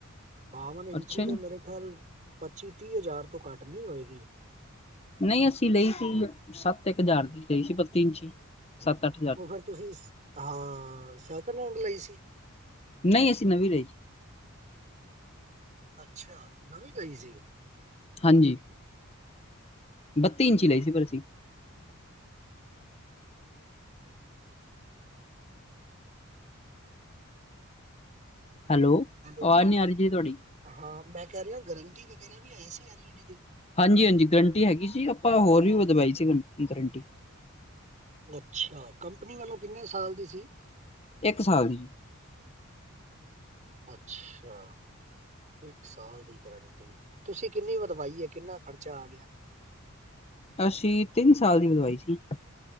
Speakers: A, on the right; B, on the left.
A: ਬਾਵਨ ਇੰਚੀ
B: ਅੱਛਾ
A: ਦਾ
B: ਜੀ
A: ਮੇਰੇ ਖਿਆਲ, ਪੱਚੀ ਤੀਹ ਹਜ਼ਾਰ ਤੋਂ ਘੱਟ ਨਹੀਂ ਹੋਏਗੀ।
B: ਨਹੀਂ ਅਸੀਂ ਲਈ ਸੀ, ਸੱਤ ਇੱਕ ਹਜ਼ਾਰ ਦੀ ਲਈ ਸੀ ਬੱਤੀ ਇੰਚੀ ਸੱਤ ਅੱਠ ਹਜ਼ਾਰ
A: ਬਰ
B: ਦੀ
A: ਤੁਸੀਂ, ਹਾਂ ਸੈਕਿੰਡ ਹੈਂਡ ਲਈ ਸੀ।
B: ਨਹੀਂ ਅਸੀਂ ਨਵੀਂ ਲਈ ਸੀ
A: ਅੱਛਾ ਨਵੀਂ ਲਈ ਸੀ।
B: ਹਾਂਜੀ, ਬੱਤੀ ਇੰਚੀ ਲਈ ਸੀ ਪਰ ਅਸੀਂ, ਹੈਲੋ,
A: ਹੈਲੋ
B: ਅਵਾਜ਼ ਨੀ ਆ ਰਹੀ ਜੀ ਤੁਹਾਡੀ,
A: ਹਾਂ ਮੈਂ ਕਹਿ ਰਿਹਾ ਗਰੰਟੀ ਵਗੈਰਾ ਵੀ ਹੈ ਸੀ ਐਲ ਈ ਡੀ ਦੀ,
B: ਹਾਂਜੀ ਹਾਂਜੀ ਗਰੰਟੀ ਹੈਗੀ ਸੀ, ਆਪਾਂ ਹੋਰ ਵੀ ਵਧਵਾਈ ਸੀ, ਗਰੰਟੀ
A: ਅੱਛਾ ਕੰਪਨੀ ਵੱਲੋਂ ਕਿੰਨੇ ਸਾਲ ਦੀ ਸੀ।
B: ਇੱਕ ਸਾਲ ਦੀ,
A: ਅੱਛਾ ਇੱਕ ਸਾਲ ਦੀ ਗਰੰਟੀ ਤੇ ਤੁਸੀਂ ਕਿੰਨੀ ਵਧਵਾਈ ਹੈ, ਕਿੰਨਾ ਖ਼ਰਚਾ ਆ ਗਿਆ।
B: ਅੱਸੀਂ ਤਿੰਨ ਸਾਲ ਦੀ ਵਧਵਾਈ ਸੀ।